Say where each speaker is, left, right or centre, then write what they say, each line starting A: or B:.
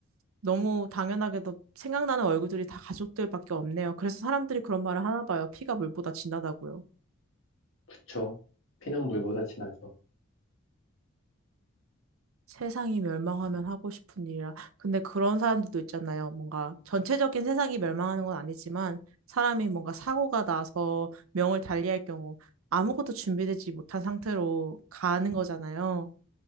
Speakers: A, on the right; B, on the left.
A: 너무 당연하게도 생각나는 얼굴들이 다 가족들밖에 없네요. 그래서 사람들이 그런 말을 하나 봐요. 피가 물보다 진하다고요.
B: <laughs> 그쵸? 피난물보다 진하죠.
A: 세상이 멸망하면 하고 싶은 일이라. 근데 그런 사람들도 있잖아요. 뭔가 전체적인 세상이 멸망하는 건 아니지만 사람이 뭔가 사고가 나서 명을 달리할 경우 아무것도 준비되지 못한 상태로 가는 거잖아요.